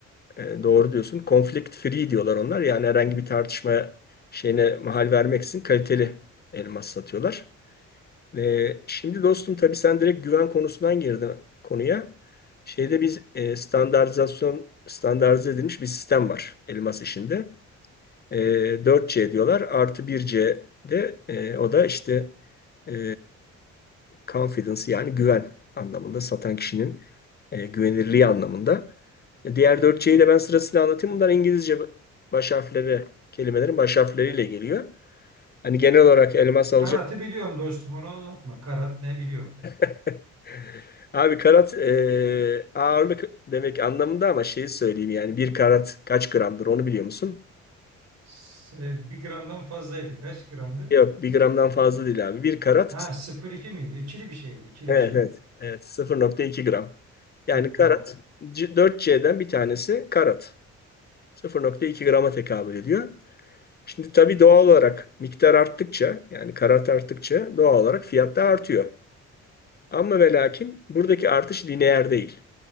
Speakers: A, on the left; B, on the right.
A: Ee, doğru diyorsun. Conflict free diyorlar onlar. Yani herhangi bir tartışma şeyine mahal vermeksizin kaliteli elmas satıyorlar. Ve şimdi dostum tabii sen direkt güven konusundan girdin konuya. Şeyde biz e, standartizasyon, standartize edilmiş bir sistem var elmas işinde. E, 4C diyorlar artı bir c de e, o da işte e, confidence yani güven anlamında satan kişinin e, güvenirliği anlamında. E, diğer dört cyi de ben sırasıyla anlatayım. Bunlar İngilizce baş harfleri, kelimelerin baş harfleriyle geliyor. Hani genel olarak elmas alacak
B: Karat'ı biliyorum dostum onu anlatma. Karat ne biliyorum.
A: <laughs> Abi karat e, ağırlık demek anlamında ama şeyi söyleyeyim yani bir karat kaç gramdır onu biliyor musun?
B: S- bir gramdan fazlaydı. Kaç gramdı?
A: Yok bir gramdan fazla değil abi. Bir karat
B: Ha sıfır iki miydi? İkili bir şeydi. ikili
A: evet
B: bir şeydi.
A: evet, evet 0.2 gram. Yani
B: Ha,
A: karat
B: tamam.
A: dört cden bir tanesi karat. 0.2 grama tekabül ediyor. Şimdi tabii doğal olarak miktar arttıkça yani karat arttıkça doğal olarak fiyat da artıyor. Ama ve lakin buradaki artış lineer değil.